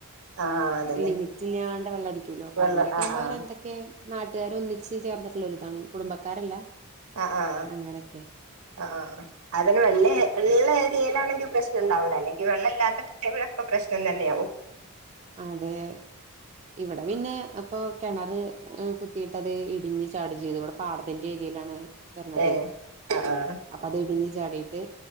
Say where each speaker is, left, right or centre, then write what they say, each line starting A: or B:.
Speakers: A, on the right; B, on the right.
A: ആ അതന്നെ
B: ലിമിറ്റില്ലാ അടികൊല്ലോ,
A: വെള്ളം
B: അങ്ങനെയൊക്കെ,
A: ആ
B: ആവുമ്പോ,
A: ആ
B: അവര് എന്തൊക്കെ, നാട്ടുകാര് ഒന്നിച്ച്, ചേർന്നിട്ടുള്ള ഒരിതാണ്, കുടുംബക്കാരല്ല
A: ആ, ആ,
B: അങ്ങനെയൊക്കെ
A: അ, ആ, അതിന്, വെള്ള, ഇള്ള, ഏരിയയിലാണെങ്കിൽ പ്രശ്നണ്ടാവുല, അല്ലെങ്കി, വെള്ളല്ലാത്ത, ടൈമിലൊക്കെ, പ്രശ്നം, തന്നെയാകും.
B: അതെ ഇവിടെ പിന്നെ അ ഇപ്പൊ കിണർ കുത്തിയിട്ട് അത് ഇടിഞ്ഞ് ചാടി ചെയ്തു പാടത്തി രീതിയിലാണ് വരണത്
A: ഏ ആ ആ
B: അപ്പൊ അത് ഇടിഞ്ഞ് ചാടിട്ട്